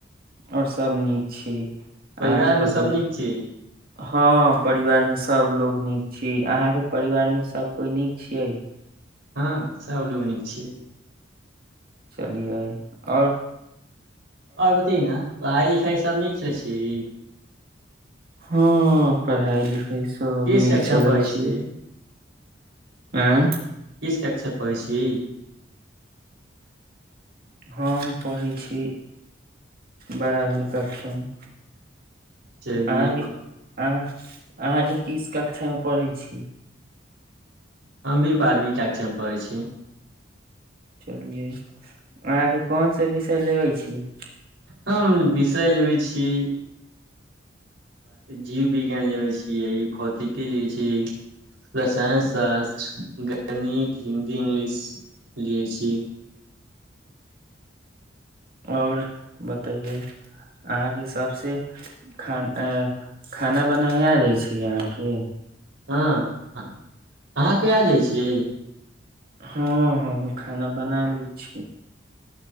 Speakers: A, on the right; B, on the right.
A: और सब नीक छी अहाँके
B: परिवारमे
A: बतैयौ
B: सभ नीक छियै
A: हँ परिवारमे सभलोग नीक छी अहाँके परिवारमे सभ कोइ नीक छियै
B: हँ सभलोग नीक छियै
A: चलि आइ आओर
B: आओर बताइ ने पढ़ाइ लिखाइ तब नीक चलै छियै
A: हँ पढ़इ लिख एहि सब
B: किस
A: नीक
B: कक्षामे
A: चलै
B: पढ़ै
A: छी
B: छियै
A: आँ
B: किस कक्षा पढ़े छिय
A: हम पढ़ै छी बाराहबी कक्षा मे
B: चलिये
A: आहाँ के आहाँ अहाँके कीस कक्षामे पढ़ै छी
B: हम भी बारहवीं कक्षा मे पढ़ै छी
A: चलियै अहाँके कोन सा विषय लेबे छी
B: हम विषय लेबै छीिय जीव विज्ञान लेबै छियै भौतिकी लिै छीिय रसायन शास्त्र गणित हिन्दी इंग्लिश लै छी
A: आओर बतइए अहाँके सभसँ खान अ खाना बनाय आ जाइ छी अहाँके
B: हँ अहाँ क आ जाइ छियै
A: हँ हमहू खाना बना लै छिय